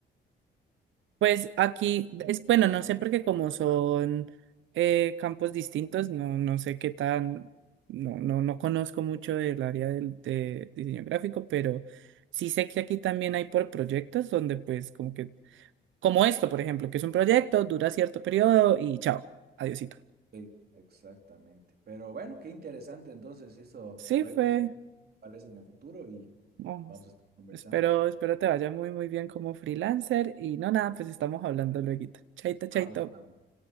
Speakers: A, on the right (about 75°); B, on the right (about 50°).
A: Pues aquí, es, bueno, no sé porque como son eh, campos distintos, no, no sé qué tan, no, no, no conozco mucho del área del, de diseño gráfico, pero sí sé que aquí también hay por proyectos donde pues como que Como esto, por ejemplo, que es un proyecto, dura cierto periodo y chao, adiosito.
B: Sí, exactamente. Pero bueno, qué interesante entonces eso.
A: Sí,
B: A ver
A: fue.
B: qué opciones aparecen en el futuro y
A: oh,
B: vamos a estar conversando.
A: espero, espero te vaya muy, muy bien como freelancer y no nada, pues estamos hablando luego. Chaito, chaito.
B: Vamos, también.